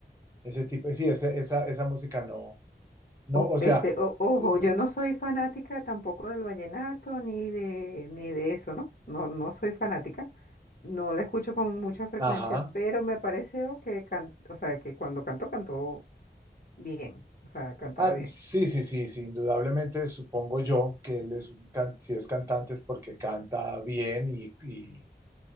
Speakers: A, on the right (about 15°); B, on the left (about 55°).
A: ese tipo, sí, ese- esa, esa música no, no,
B: O,
A: o sea,
B: este, o- ojo,
A: no-
B: yo no soy fanática tampoco del vallenato ni de, ni de eso, ¿no? No, no soy fanática. No la escucho con mucha frecuencia,
A: ajá.
B: pero me pareció que, can- o sea, que cuando cantó, cantó bien, o sea, cantaba
A: Ah,
B: bien.
A: sí, sí, sí, sí, indudablemente supongo yo que él es, un can- si es cantante es porque canta bien y, y-